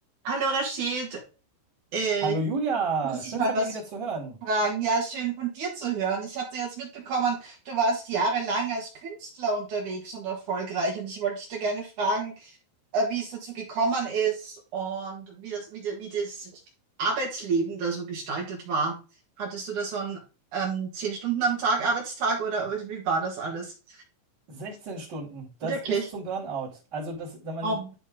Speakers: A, on the right; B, on the right.
A: Hallo Rashid, äh,
B: Hallo Julia,
A: muss
B: schön
A: ich mal
B: von
A: was
B: dir wieder zu hören.
A: fragen? Ja, schön von dir zu hören. Ich habe da jetzt mitbekommen, du warst jahrelang als Künstler unterwegs und erfolgreich und ich wollte dich da gerne fragen, äh, wie es dazu gekommen ist und wie das, wie, der- wie das Arbeitsleben da so gestaltet war. Hattest du da so einen ähm, zehn Stunden am Tag Arbeitstag oder, oder wie war das alles?
B: 16 Stunden, das
A: Wirklich?
B: bis zum Burnout. Also das, da man,
A: Oh.